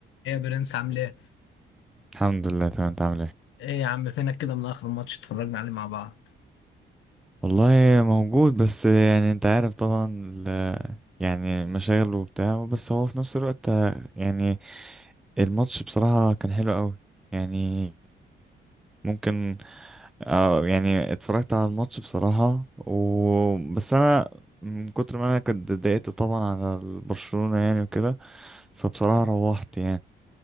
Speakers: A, on the left; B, in the centre.
A: ايه يا برنس عامل ايه؟
B: الحمد لله تمام انت عامل ايه
A: ايه يا عم فينك كده من اخر ماتش اتفرجنا عليه مع بعض؟
B: والله موجود بس يعني انت عارف طبعا ال- يعني مشاغل وبتاع بس هو في نفس الوقت يعني الماتش بصراحة كان حلو قوي يعني ممكن اه يعني اتفرجت على الماتش بصراحة و... بس انا من كتر ما انا كنت اتضايقت طبعا على برشلونة يعني وكده فبصراحة روحت يعني